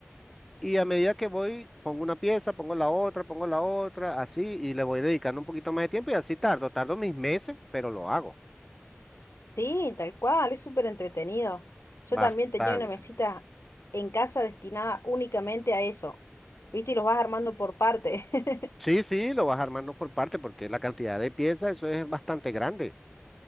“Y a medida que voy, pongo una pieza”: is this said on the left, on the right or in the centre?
Centre